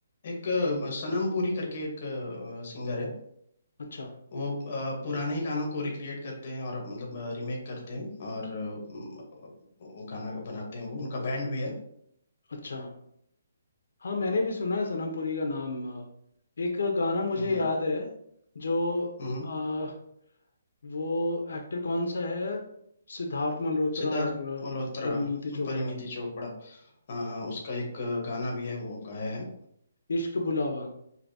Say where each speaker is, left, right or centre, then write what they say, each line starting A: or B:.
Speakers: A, on the left (about 35°); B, on the left (about 75°).
A: एक आ, सनम पुरी करके एक सिंगर है
B: अच्छा
A: वो आ, पुराने ही गानों को रिक्रिएट करते हैं और अब मतलब रिमेक करते हैं और आ, वो गाना बनाते हैं वो उनका बैंड भी है
B: अच्छा हाँ मैंने भी सुना है सनम पुरी का नाम अ, एक गाना मुझे
A: हम्म हम्म
B: याद है जो
A: हम्म।
B: अ, वो एक्टर कौन सा है सिद्धार्थ मल्होत्रा
A: सिद्धार्थ
B: और अ,
A: मल्होत्रा
B: परिणीति चोपड़ा
A: परिणीति चोपड़ा हाँ हाँ उसका एक गाना भी है वो गाया है
B: इश्क बुलावा